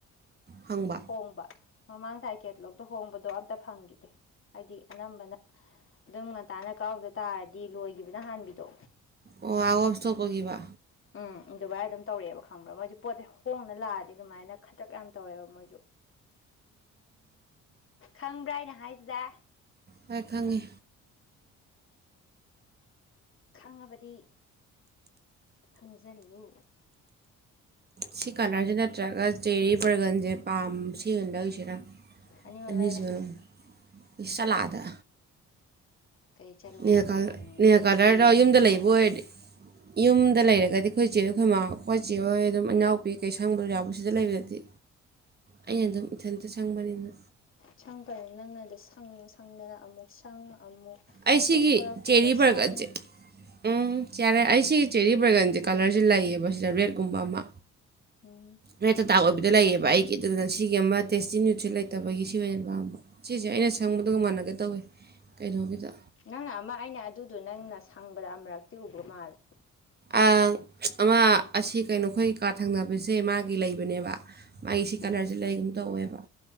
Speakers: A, on the right; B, on the left.
A: ꯍꯪꯕ
B: ꯍꯣꯡꯕ ꯃꯃꯥꯡ ꯊꯥꯒꯤ ꯀꯦꯇꯂꯣꯛꯇ ꯍꯣꯡꯕꯗꯣ ꯑꯝꯇ ꯐꯪꯈꯤꯗꯦ ꯍꯥꯏꯗꯤ ꯑꯅꯝꯕꯅ ꯑꯗꯨꯝ ꯉꯟꯇꯥꯅ ꯀꯛꯍꯧꯗ ꯇꯥꯔꯗꯤ ꯂꯣꯏꯈꯤꯕꯅ ꯍꯥꯟꯕꯤꯗꯣ
A: ꯑꯣ ꯑꯥꯎꯠ ꯑꯣꯐ ꯁꯇ‌ꯣꯛ ꯑꯣꯏꯒꯤꯕ
B: ꯎꯝ ꯑꯗꯨꯃꯥꯏꯅ ꯑꯗꯨꯝ ꯇꯧꯔꯛꯑꯦꯕ ꯈꯪꯕ꯭ꯔꯥ ꯃꯣꯏꯁꯦ ꯄꯣꯠꯁꯦ ꯍꯣꯡꯅ ꯂꯥꯛꯑꯗꯤ ꯑꯗꯨꯃꯥꯏꯅ ꯈꯗ꯭ꯔꯛ ꯌꯥꯝꯅ ꯇꯧꯋꯦꯕ ꯃꯣꯏ ꯈꯪꯕ꯭ꯔꯥ ꯑꯩꯅ ꯍꯥꯏꯖ‌ꯤꯗꯥ
A: ꯍꯣꯏ ꯈꯪꯉꯤ
B: ꯈꯪꯉꯕꯗꯤ ꯈꯪꯖꯜꯂꯨ
A: ꯁꯤ ꯀꯥꯂꯔꯖ‌ꯦ ꯅꯠꯇ꯭ꯔꯒ ꯆꯦꯔꯤ ꯕꯔꯒꯟꯖꯦ ꯄꯥꯝ ꯁꯤꯕ ꯑꯣꯏꯅ ꯂꯧꯁꯤꯔ
B: ꯑꯅꯤꯃꯛ
A: ꯑꯅꯤꯁꯤ
B: ꯂꯩꯔꯣ
A: ꯃꯅꯨꯡ ꯏꯁ ꯆꯠꯂꯥ ꯑꯥꯗ
B: ꯀꯩ ꯆꯠꯂꯣ
A: ꯅ‌ꯦꯜꯀꯂꯔ
B: ꯍꯥꯏꯗꯥꯏꯅꯦ
A: ꯅ‌ꯦꯜꯀꯂꯔꯗ‌ꯣ
B: ꯀꯦꯌꯣꯅ
A: ꯌꯨꯝꯗ ꯂꯩꯕ
B: ꯍꯥꯏꯔꯒ
A: ꯑꯣꯏꯔꯗꯤ ꯌꯨꯝꯗ ꯂꯩꯔꯒꯗꯤ ꯑꯩꯈꯣꯏ ꯆꯦꯍ‌ꯣꯏ ꯑꯩꯈꯣꯏꯃ ꯑꯩꯈꯣꯏꯆꯦ ꯍꯣꯏ ꯑꯗꯨꯝ ꯏꯅꯥꯎꯄꯤ ꯀꯩ ꯁꯪꯕꯗꯧ ꯌꯥꯎꯕ ꯁꯤꯗ ꯂꯩꯕꯗꯗꯤ ꯑꯩꯅ ꯑꯗꯨꯝ ꯏꯊꯟꯇ ꯁꯪꯕꯅꯤꯅ
B: ꯁꯪ ꯀꯔ ꯅꯪꯅꯗꯣ ꯁꯪ ꯁꯪꯗꯅ ꯑꯃꯨꯛ ꯁꯪ ꯑꯃꯨꯛ
A: ꯑꯩ ꯁꯤꯒꯤ
B: ꯀꯣꯛꯊꯣꯔꯛꯄꯒ
A: ꯆꯦꯔꯤ ꯕꯔꯒꯟꯖ‌ꯦ
B: ꯁꯪ
A: ꯎꯝ ꯆꯤꯌꯥꯔꯦ ꯑꯩ ꯁꯤꯒꯤ ꯆꯦꯔꯤ ꯕꯔꯒꯟꯖ‌ꯦ ꯀꯂꯔꯖ‌ꯦ ꯂꯩꯌꯦꯕ ꯁꯤꯗ ꯔꯦꯗꯒꯨꯝꯕ ꯑꯃ
B: ꯎꯝ
A: ꯔꯦꯠꯗ ꯗꯥꯔꯛ ꯑꯣꯏꯕꯤꯗ ꯂꯩꯌꯦꯕ ꯑꯩꯒꯤ ꯑꯗꯨꯗꯅ ꯁꯤꯒꯤ ꯑꯃ ꯇꯦꯁꯇꯤ ꯅ꯭ꯌꯨꯠꯁꯤ ꯂꯩꯇꯕꯒꯤ ꯁꯤ ꯑꯣꯏꯅ ꯄꯥꯝꯕ ꯁꯤꯖ‌ꯦ ꯑꯩꯅ ꯁꯪꯕꯗꯨꯒ ꯃꯥꯟꯅꯒꯦ ꯇꯧꯋꯤ ꯀꯩꯅꯣꯒꯤꯗ
B: ꯅꯪꯅ ꯑꯃ ꯑꯩꯅ ꯑꯗꯨꯗꯣ ꯅꯪꯅ ꯁꯪꯕꯗ ꯑꯃꯔꯛꯇꯤ ꯎꯒ꯭ꯔꯥ ꯃꯥꯜꯂꯦ
A: ꯑ ꯑꯃ ꯑꯁꯤ ꯀꯩꯅꯣꯈꯣꯏ ꯀꯥ ꯊꯪꯅꯕꯁꯦ ꯃꯥꯒꯤ ꯂꯩꯕꯅꯦꯕ ꯃꯥꯒꯤ ꯁꯤ ꯀꯂꯔꯖꯤ
B: ꯎꯝ
A: ꯂꯩꯒꯨꯝ ꯇꯧꯋꯦꯕ